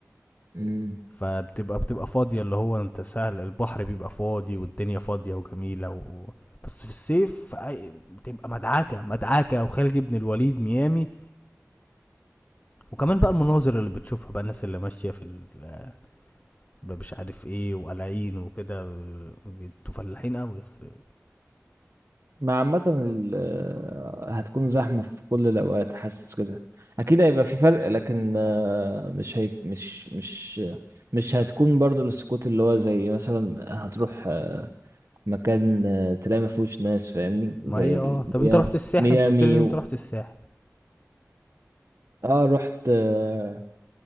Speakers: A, on the right (about 65°); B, on the left (about 30°).
A: يعني
B: فبتبقى بتبقى فاضية اللي هو انت سهل البحر بيبقى فاضي والدنيا فاضية وجميلة و... بس في الصيف أي- بتبقى مدعكة مدعكة وخالد بن الوليد ميامي وكمان بقى المناظر اللي بتشوفها بقى الناس اللي ماشية في ال- مش عارف ايه وقلعين وكده انتوا فلاحين قوي يخرب
A: مع عامة ال- آه، هتكون زحمة في كل الأوقات حاسس كده أكيد هيبقى في فرق لكن آه، مش هي مش مش مش هتكون برضو السكوت اللي هو زي مثلا هتروح آه، مكان آه، تلاقي ما فيهوش ناس فاهمني زي
B: ما هي
A: ال-
B: اه طب
A: ميا-
B: انت رحت الساحل
A: ميامي
B: انت قلت لي ان انت
A: و...
B: رحت الساحل
A: اه رحت آه،